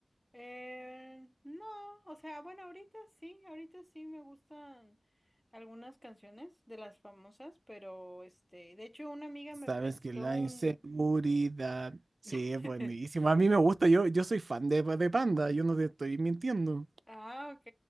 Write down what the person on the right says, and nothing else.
Sabes
que la
inseguridad, sí,
es buenísimo. A mí me gusta, yo, yo soy fan de, de Panda, yo no te estoy mintiendo.